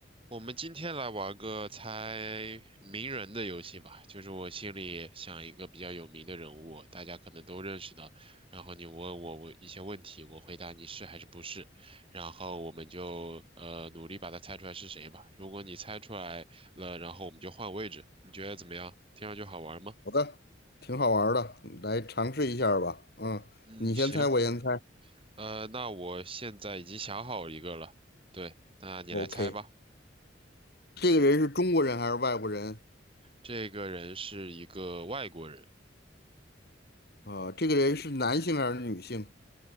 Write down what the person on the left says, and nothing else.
好的，挺好玩儿的，来尝试一下儿吧。嗯，
你先猜，
我先猜。
OK，这个人是中国人还是外国人？
啊，这个人是男性还是女性？